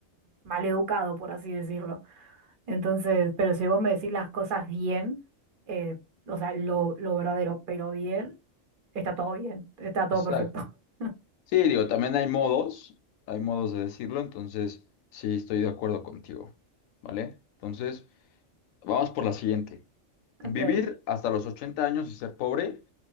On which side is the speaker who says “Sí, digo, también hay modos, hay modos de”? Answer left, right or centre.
Left